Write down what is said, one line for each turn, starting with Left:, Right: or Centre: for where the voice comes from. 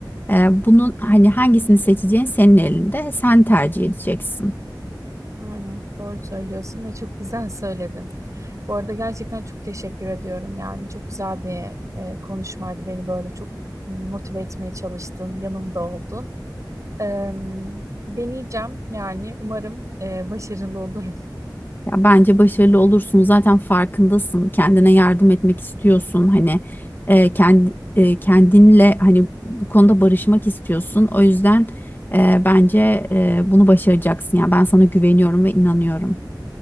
Left: E, bunun hani hangisini seçeceğin senin elinde, sen tercih edeceksin.
Right: Aynen doğru söylüyorsun ve çok güzel söyledin. Bu arada gerçekten çok teşekkür ediyorum. Yani çok güzel bir e, konuşmaydı. Beni böyle çok motive etmeye çalıştın, yanımda oldun. Eee, deneyeceğim yani umarım e, başarılı olurum.
Left: Ya bence başarılı olursun. Zaten farkındasın. Kendine yardım etmek istiyorsun. Hani e, kendi e, kendinle hani bu konuda barışmak istiyorsun. O yüzden e, bence e, bunu başaracaksın. Ya ben sana güveniyorum ve inanıyorum.